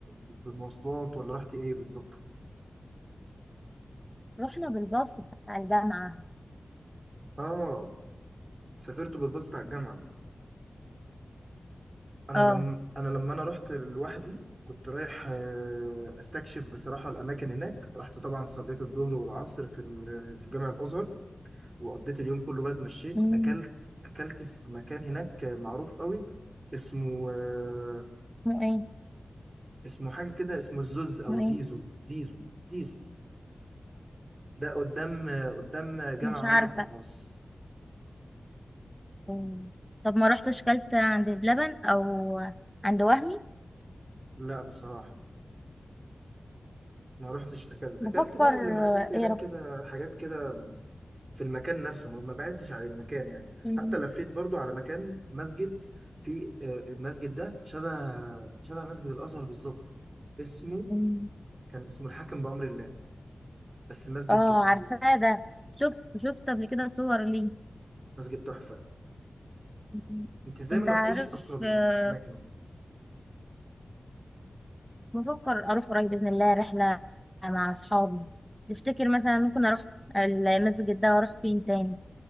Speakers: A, on the right; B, in the centre.
A: بمواصلات ولا رحتي ايه بالظبط؟
B: رحنا بالباص بتاع الجامعة
A: اه سافرت بالباص بتاع الجامعة انا
B: اه
A: لما انا لما انا رحت لوحدي كنت رايح آه، استكشف بصراحة الاماكن هناك رحت طبعا صليت الظهر والعصر في ال... في جامع الازهر وقضيت اليوم كله بقى اتمشيت
B: مم.
A: اكلت اكلت في مكان هناك معروف قوي اسمه آه،
B: اسمه ايه
A: اسمه حاجة كده اسمه الزوز او
B: اسمه
A: زيزو
B: ايه
A: زيزو زيزو ده قدام قدام جامع
B: مش عارفة
A: عمرو بن العاص
B: مم. طب ما رحتش كلت عند بلبن او عند وهمي
A: لا بصراحة ما روحتش أكلت
B: بفكر
A: أكلت بقى
B: آه،
A: زي ما أكلت هناك
B: ايه يا رب
A: كده حاجات كده في المكان نفسه ما ما بعدتش عن المكان يعني
B: مم.
A: حتى لفيت برضو على مكان مسجد في آه، المسجد ده شبه شبه مسجد الأزهر بالظبط اسمه
B: مم.
A: كان اسمه الحاكم بأمر الله بس مسجد
B: اه
A: جميل
B: عارفاه ده شفت شفت قبل كده صور ليه
A: مسجد تحفة
B: مم.
A: أنت إزاي
B: انت
A: ما روحتيش
B: عارف
A: أصلا
B: آه،
A: المكان
B: بفكر اروح قريب بإذن الله رحلة مع اصحابي تفتكر مثلا ممكن اروح المسجد ده واروح فين تاني